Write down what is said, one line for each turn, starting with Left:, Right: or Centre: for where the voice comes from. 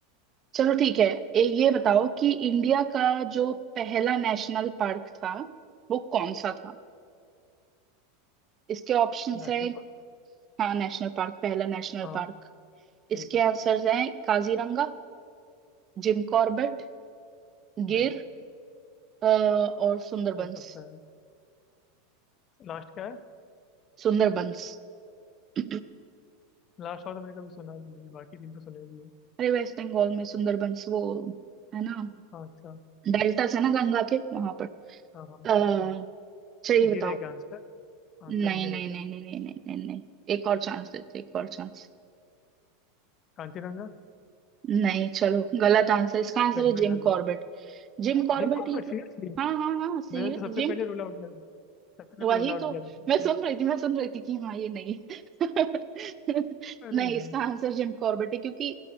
Right: चलो ठीक है ए, ये बताओ कि इंडिया का जो पहला नेशनल पार्क था वो कौन सा था इसके ऑप्शंस
Left: National
Right: है
Left: park
Right: हाँ नेशनल पार्क पहला नेशनल
Left: हाँ
Right: पार्क
Left: ठीक
Right: इसके
Left: है
Right: आंसर्स हैं काजीरंगा जिम कॉर्बेट
Left: नहीं
Right: गिर अ, और सुंदरबंस
Left: हो सकता है लास्ट क्या है
Right: सुंदरबंस <clears throat>
Left: लास्ट और तो मैंने कभी सुना भी नहीं बाकी दिन तो सुने भी है
Right: अरे वेस्ट बंगाल में सुंदरबंस वो है ना
Left: हाँ अच्छा
Right: डेल्टास है ना गंगा के वहां पर
Left: हाँ हाँ
Right: अः चाहिए
Left: गिर
Right: बताओ
Left: है क्या आंसर आंसर
Right: नहीं
Left: गिर
Right: नहीं
Left: है क्या
Right: नहीं नहीं नहीं नहीं नहीं नहीं एक और चांस देते एक और चांस
Left: कांचीरंगा
Right: नहीं चलो गलत आंसर इसका आंसर
Left: वेस्ट
Right: है
Left: बंगाल
Right: जिम
Left: में
Right: कॉर्बेट जिम
Left: हाँ,
Right: कॉर्बेट
Left: जिम कॉर्बेट
Right: ही
Left: सीरियसली
Right: तो हाँ हाँ हाँ सी
Left: मैंने तो सबसे
Right: जिम
Left: पहले रूल आउट किया था सबसे
Right: वही
Left: पहले रूल आउट
Right: तो
Left: किया था मैंने
Right: मैं सुन
Left: तो।
Right: रही थी मैं सुन रही थी कि हाँ ये नहीं है। <laughs>
Left: अरे
Right: नहीं
Left: यार
Right: इसका आंसर जिम कॉर्बेट है क्योंकि